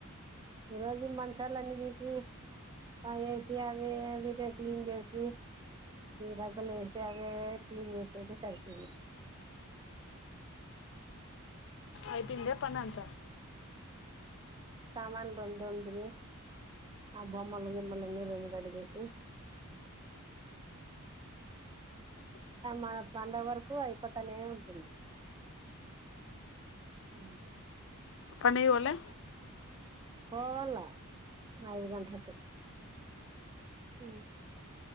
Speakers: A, on the right; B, on the left.
A: ఈ రోజు మంచాలనీ పికి ఆ ఏసి అవి అవి తెప్ క్లీన్ చేసి రగలు వేసి అవే అవే క్లీన్ చేసేది సరిపోంది
B: అయిపోయింద పన్నంత
A: సామాన్ రెండు తొమిటిమి ఆ బొమ్మలు గిమ్మలు అని రెండు గడిగేసి మన పడుగ వరకు అయిపోతనే ఉంటుంది హ
B: పనికి పోలే
A: పోవాల ఐదు గంటలకి అ